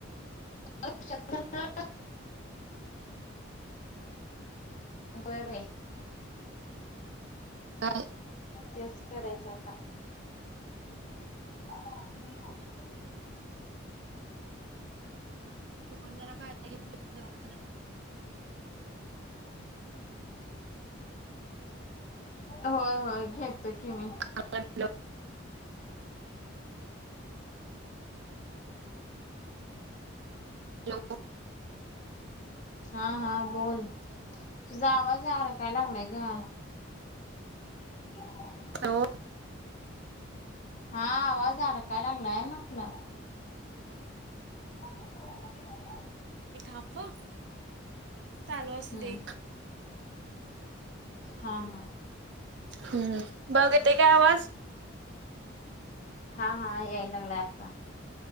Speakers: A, on the left; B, on the right.
A: अकना बय बाय.
B: का?
A: तेच करायचं आता आता आणी नाही सां
B: तू पण जरा कायवाख
A: होय होय घेतो कि ममी
B: आपल. हॅलो.
A: हा हा बोल तुझा आवाजला काय लागलाय का हम्
B: हॅलो
A: हा आवाज अडकायला लागलाय म्हटलं माझे फोटठणार या
B: थांबा चालू असं
A: हम्म
B: दे
A: हा हा
B: हम्म बाऊ केते काय आवाज
A: हा हा हे येईलंगला आता